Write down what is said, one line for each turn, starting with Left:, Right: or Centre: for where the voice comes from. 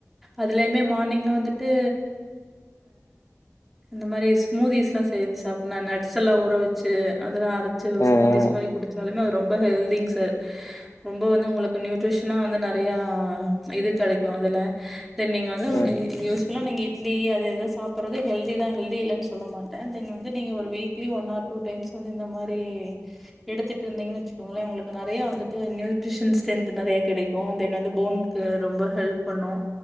Centre: அதுலேயுமே மார்னிங்கில் வந்துட்டு இந்த மாதிரி ஸ்மூதிஸ் செஞ்சி சாப்பிடா நட்ஸ் எல்லாம் உற வச்சு அயதெல்லாம் அ
Left: ம் ம்
Centre: ஸ்மோதிஸ் மாதிரி குடிச்சாலுே அவர் ரொம்ப ஹெல்திங் சார் ரொம்ப வந்து உங்களுக்கு நியூட்ரிஷனா வந்து நிறைய இது கிடைக்கும் அதுல தென் நீங்க வந்து
Left: ம்
Centre: ஒரு யூஸ் எல்லாம் நீங்க இட்லி அதது எது சாப்படுறது ஹெல்தி தான் ஹெல்தி இல்லைன்னு சொல்ல மாட்டேன் தென் வந்து நீங்கள் ஒரு weekly one or two times வந்து இந்த மாதிரி எடுத்துகிட்டு இருந்தீங்கன்னு வச்சுக்கோங்களேன் உங்களுக்கு நிறையா வந்துட்டு நியூட்ரிஷன் ஸ்ட்ரென்த் நிறையா கிடைக்கும் தென் வந்து போனுக்கு ரொம்பஹெல்ப் பண்ணணும்